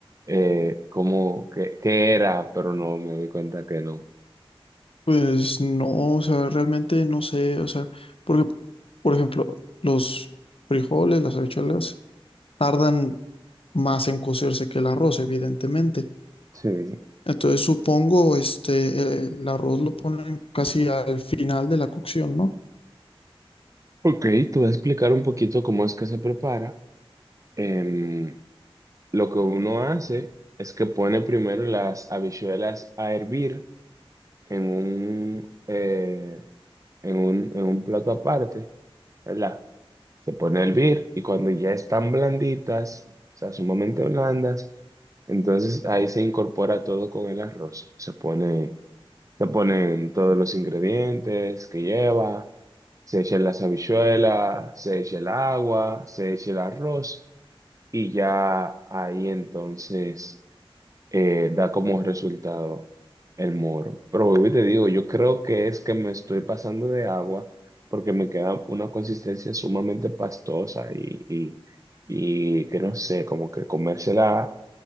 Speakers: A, on the right; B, on the left.
A: eh, cómo, qué, qué era, pero no me di cuenta que no.
B: Pues no, o sea, realmente no sé, o sea, porque, por ejemplo, los frijoles, las habichuelas, tardan más en cocerse que el arroz, evidentemente.
A: Sí.
B: Entonces supongo, este, el arroz lo ponen casi al final de la cocción, ¿no?
A: Ok, te voy a explicar un poquito cómo es que se prepara. Em, lo que uno hace es que pone primero las habichuelas a hervir en un, eh, en un, en un plato aparte, ¿verdad? se pone a hervir y cuando ya están blanditas, o sea, sumamente blandas, entonces ahí se incorpora todo con el arroz. Se pone, se ponen todos los ingredientes que lleva, se echa las habichuelas, se echa el agua, se echa el arroz y ya ahí entonces eh, da como resultado el moro. Pero vuelvo y te digo, yo creo que es que me estoy pasando de agua porque me queda una consistencia sumamente pastosa y, y, y que no sé, como que comérsela